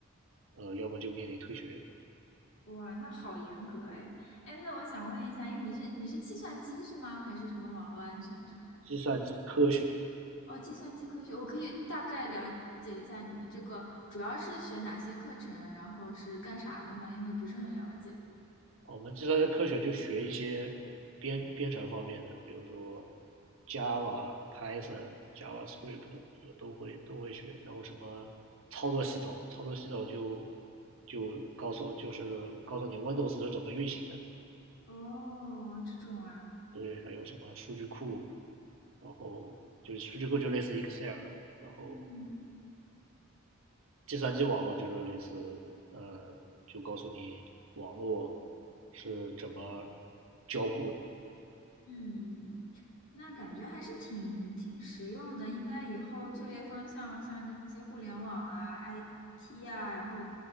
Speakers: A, on the right; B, on the left.
A: 呃，要么就面临退学。
B: 哇，那好严格哎哎，那我想问一下，因为你是你是计算机是吗？还是什么网络安全之类的？
A: 计算机科学，
B: 哦，计算机科学，我可以大概了解一下你们这个主要是学哪些课程，然后是干啥的吗？因为不是很了解。
A: 我们计算机科学就学一些编编程方面的，比如说 Java、Python、JavaScript 就都会都会学，然后什么操作系统，操作系统就就告诉就是告诉你 Windows 是怎么运行的。
B: 哦，这种啊，
A: 对，还有什么数据库，然后就是数据库就类似 Excel，然后
B: 嗯
A: 计算机网络就是类似呃，就告诉你网络是怎么交互的，
B: 嗯，那感觉还是挺挺实用的，应该以后就业方向像那些互联网啊、IT 啊，然后